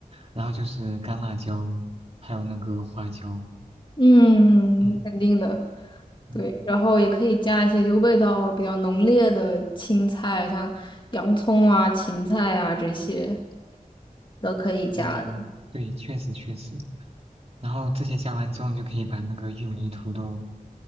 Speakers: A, on the right; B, on the left.
A: 然后就是干辣椒，还有那个花椒，
B: 嗯，
A: 嗯
B: 肯定的。
A: 嗯
B: 对，然后也可以加一些就味道比较浓烈的青菜，像洋葱啊、芹菜啊这些都可以加的。
A: 嗯，对，确实确实。然后这些加完之后，你就可以把那个玉米、土豆